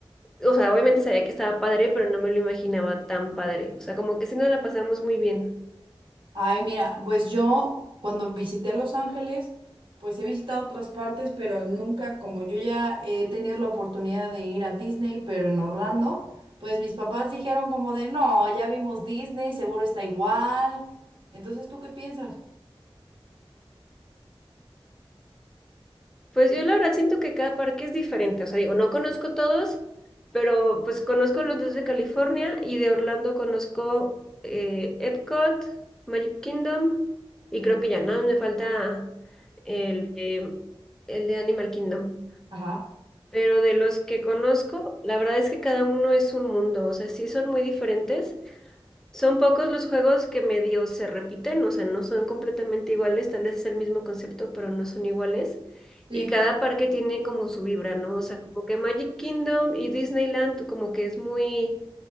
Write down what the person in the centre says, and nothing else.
o sea, obviamente sabía que estaba padre, pero no me lo imaginaba tan padre, o sea, como que sí nos la pasamos muy bien.
Pues
yo la verdad siento que cada parque es diferente, o sea, digo, no conozco todos, pero pues conozco los dos de California y de Orlando conozco eh, Epcot, Magic Kingdom y
creo que ya nada, más me falta el de, el de Animal Kingdom.
Pero de los que conozco, la verdad es que cada uno es un mundo, o sea, sí son muy diferentes, son pocos los juegos que medio se repiten, o sea, no son completamente iguales, tal vez es el mismo concepto, pero no son iguales.
Y cada parque tiene como su vibra, ¿no? O sea, como que Magic Kingdom y Disneyland como que es muy